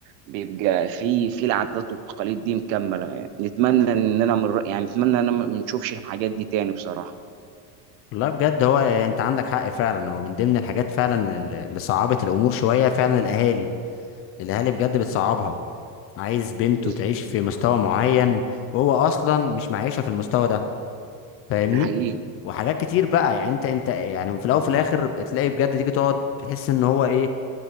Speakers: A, on the right (about 85°); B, on the left (about 30°).
A: بيبقى في في العادات والتقاليد دي مكمله يعني. نتمنى اننا من يعني نتمنى ان أنا ما نشوفش الحاجات دي تاني بصراحه
B: والله بجد هو انت عندك حق فعلا هو من ضمن الحاجات فعلا اللي صعبت الامور شويه فعلا الاهالي الاهالي بجد بتصعبها عايز بنته
A: بالظبط
B: تعيش في مستوى معين وهو اصلا مش معيشها في المستوى ده فاهمني
A: ده حقيقي
B: وحاجات كتير بقى يعني انت انت يعني وفي الاول وفي الاخر بتلاقي بجد تيجي تقعد تحس ان هو ايه